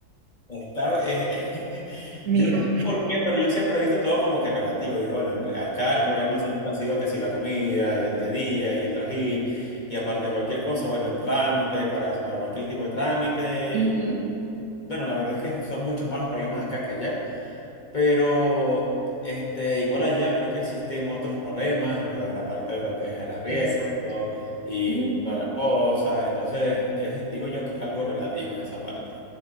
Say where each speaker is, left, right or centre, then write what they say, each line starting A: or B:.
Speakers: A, on the left; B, on the right.
A: está, eh, <laughs>
B: mira,
A: yo no sé por qué, pero yo siempre he visto todo como que relativo. Digo, bueno, en re- acá el problema siempre ha sido que si la comida y el día a día y el trajín y aparte de cualquier cosa, bueno, el trámite para, para cualquier tipo de trámite.
B: <laughs>
A: Y
B: ujú,
A: bueno, la verdad es que son muchos más los problemas acá que allá. Pero este, igual allá creo que existen otros problemas, lo de la parte de lo que es el arriendo
B: exacto.
A: y
B: ujú,
A: todas las cosas. Entonces, es- digo yo que es algo relativo en esa parte.